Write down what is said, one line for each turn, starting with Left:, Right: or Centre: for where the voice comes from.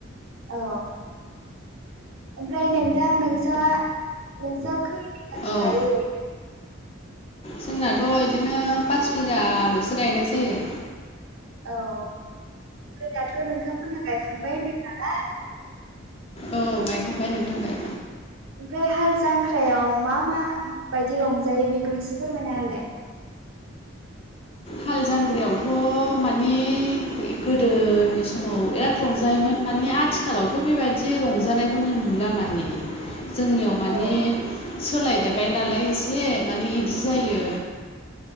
Right: औ ओमफ्राय नोंथां नों नोंस खैगासो
Left: औ
Right: जायो ओरै
Left: जोंनाथ' बिदिनो पास बिगाल'सो गायनाय जायो।
Right: औ दाथ' नोंथांमोनहा गायखांबाय होनदों नालाय
Left: औ गायखांबाय नोंथां गाय
Right: ओमफ्राय हाल जांख्रायाव मा मा बायदि रंजायो बेखौ इसे फोरमाय होलाय
Left: हाल जांग्रायावथ' मानि गोदोनि समाव बिराद रंजायोमोन मानि आ थिखालावथ' बेबायदि रंजानायखौनो नुला माने जोंनियाव माने
Right: औ
Left: सोलायदोबबाय नालाय एसे माने बिदि जायो।